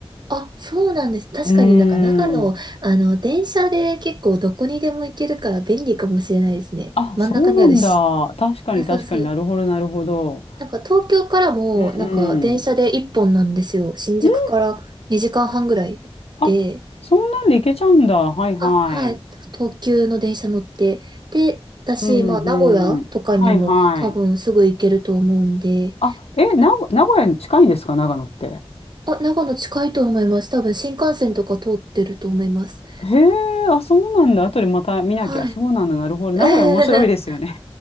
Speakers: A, on the right; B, on the left.
A: あ、そうなんです。確かになんか長野、
B: うーん。
A: あの、電車で結構どこにでも行けるから便利かもしれないですね。
B: あ、
A: 真ん中にあるし。
B: そうなんだ。確かに確かになるほど、
A: あ、そうそう。
B: なるほど。
A: なんか東京からも、
B: うんう
A: なんか電車で一本なんですよ。
B: ん。
A: 新宿から2時間半ぐらいで。
B: うんあ、そんなんでいけちゃうんだ。はいはい。
A: あ、はい。東急の電車乗って。で、私、
B: うん
A: まあ、名古屋とかにも多分すぐ行けると思うんで。
B: うん。はいはい。あ、え、名古、名古屋に近いんですか、長野って。
A: あ、長野近いと思います。多分新幹線とか通ってると思います。
B: へえ、あ、そうなんだ。後でまた見なきゃ。
A: はい。
B: そうなんだ。なるほど。
A: <laughs>
B: 名古屋面白いですよね。